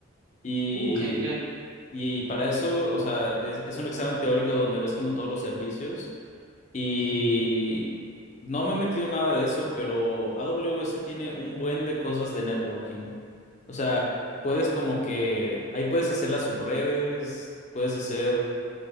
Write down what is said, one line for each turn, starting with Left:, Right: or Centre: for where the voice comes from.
Left: Y,
Right: Uh, qué genial.
Left: y para eso, o sea, es, es un examen teórico donde ves como todos los servicios. Y
Right: Ujú.
Left: no me he metido en nada de eso, pero AWS tiene un buen de cosas de networking. O sea, puedes como que ahí puedes hacer las subredes, puedes hacer